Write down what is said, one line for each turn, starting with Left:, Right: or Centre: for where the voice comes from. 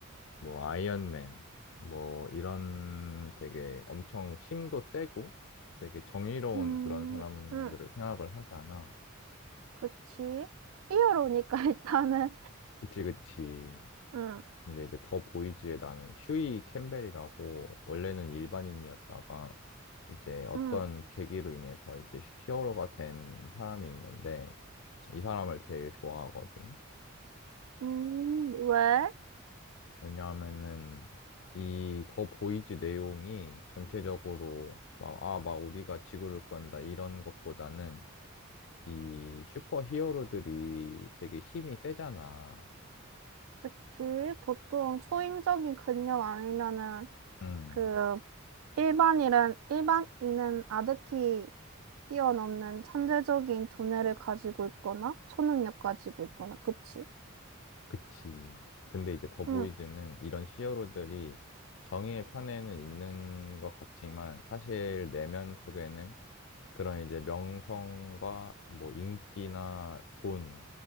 Left: 뭐 아이언맨 뭐 이런 되게 엄청 힘도 세고 되게 정의로운
Right: 음,
Left: 그런 사람들을
Right: 응.
Left: 생각을 하잖아.
Right: 그치? 히어로니까 <laughs> 일단은.
Left: 그치, 그치.
Right: 응,
Left: 근데 이제 더 보이지에 나는 휴이 캠벨이라고 원래는 일반인이었다가 이제 어떤
Right: 응.
Left: 계기로 인해서 이제 히어로가 된 사람이 있는데 이 사람을 제일 좋아하거든.
Right: 음, 왜?
Left: 왜냐하면은 이 더 보이즈 내용이 전체적으로 막, 아, 막 우리가 지구를 구한다 이런 것보다는 이 슈퍼 히어로들이 되게 힘이 세잖아.
Right: 그치? 보통 초인적인 근력 아니면은
Left: 음,
Right: 그 일반인은, 일반인은 아득히 뛰어넘는 천재적인 두뇌를 가지고 있거나 초능력 가지고 있거나, 그치?
Left: 그치. 근데 이제 더
Right: 응.
Left: 보이즈는 이런 히어로들이 정의의 편에는 있는 것 같지만 사실 내면 속에는 그런 이제 명성과 뭐 인기나 돈,